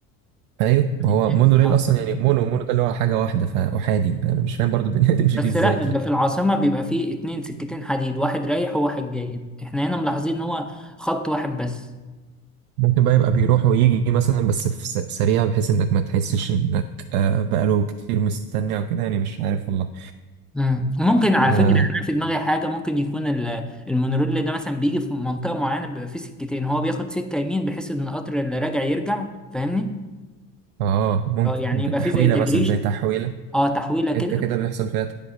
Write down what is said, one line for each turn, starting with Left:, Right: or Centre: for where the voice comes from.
Right: ايوه
Centre: يعني
Right: ما هو
Centre: إيه،
Right: مونوريل
Centre: اه
Right: اصلا يعني مونو مونو ده اللي هو حاجه واحده فاحادي انا مش فاهم برضو الدنيا <laughs> هتمشي
Centre: بس
Right: فيه ازاي
Centre: لا اللي
Right: يعني
Centre: في العاصمة بيبقى فيه اتنين سكتين حديد واحد رايح وواحد جاي احنا هنا ملاحظين ان هو خط واحد بس
Right: ممكن بقى يبقى بيروح ويجي مثلا بس في س- سريع بحيث انك ما تحسش انك آه بقاله كتير مستني او كده يعني مش عارف والله
Centre: مم. ممكن على
Right: اه
Centre: فكرة يعني انا في دماغي حاجة ممكن يكون ال- المونوريل ده مثلا بيجي في منطقة معينة بيبقى فيه سكتين هو بياخد سكة يمين بحيث ان القطر اللي راجع يرجع فاهمني؟
Right: اه ممكن
Centre: اه يعني
Right: ممكن
Centre: يبقى
Right: تحويلة
Centre: فيه زي تجريش
Right: مثلا زي تحويلة
Centre: اه تحويلة
Right: حتة
Centre: كده
Right: كده بيحصل فيها